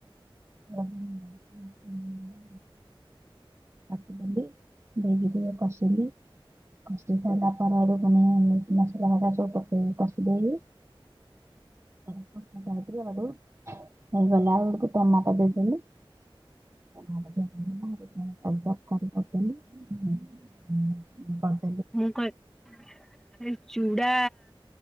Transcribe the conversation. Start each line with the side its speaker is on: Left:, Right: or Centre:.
Right: ହ <unintelligible> ପପ ବୋଲି ବଗିରି ଖସି <unintelligible> କଷ ସାରିଲା ପରେ ଆଡୁ ପୁଣିେସା ସୁ ପକେଇ କଷି ଦେଇକି <unintelligible>
Centre: <inaudible>
Right: ି ଆଡୁ ହେ ବଲା ହୁଡକୁ ଟମାଟା ଦେଇସିଲ <unintelligible> ହ ବ ବ <unintelligible> <unintelligible>
Centre: ମୁଁ କହି ଚୁଡ଼ା,